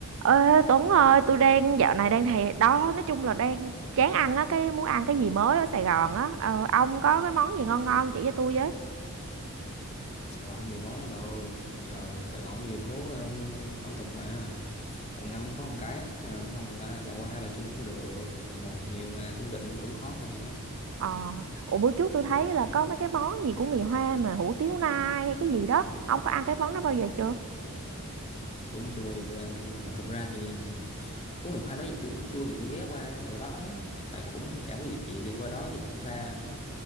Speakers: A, on the right; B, on the left.
A: Ê, Tuấn ơi, tôi đang dạo này đang thèm đó, nói chung là đang chán ăn á, cái muốn ăn cái gì mới ở Sài Gòn á. Ờ, ông có cái món gì ngon ngon chỉ cho tôi với.
B: Sài Gòn nhiều món lắm bà ơi giờ Sài Gòn nhiều phố ờ, ẩm thực mà quận năm có một cái nè, xong qua bà qua Hai Bà Trưng cũng được quận một nhiều mà Tân Định cũng có nè
A: Ờ, ủa bữa trước tôi thấy là có mấy cái món gì của người Hoa mà hủ tiếu nai hay cái gì đó. Ông có ăn cái món đó bao giờ chưa?
B: tôi cũng chưa bao giờ tôi ăn luôn mà thực ra thì có ngày hoa đó giờ tôi cũng chưa bao giờ tôi ghé qua chỗ đó tại cũng chẳng có dịp gì đi qua đó giờ cũng xa